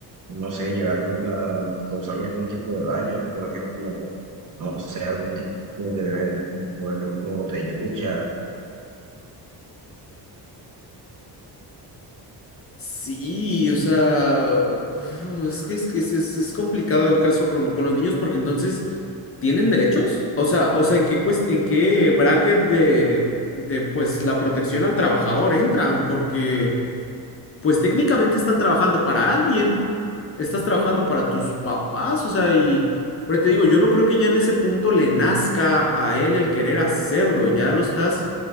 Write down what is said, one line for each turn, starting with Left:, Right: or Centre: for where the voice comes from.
Right: no sé, llegar a causarle algún tipo de daño, por ejemplo, no sé, algún tipo de evento, como por ejemplo, de lluvia.
Left: Sí, o sea, uf, es que es, que es, es- es complicado el caso con, con los niños porque entonces, ¿tienen derechos? O sea, o sea, ¿en qué, cuest- en qué bracket de, de, pues, la protección al trabajador entran? Porque, pues, técnicamente están trabajando para alguien. Estás trabajando para tus papás, o sea, y... Pero te digo, yo no creo que ya en ese punto le nazca a él el querer hacerlo, ya lo estás...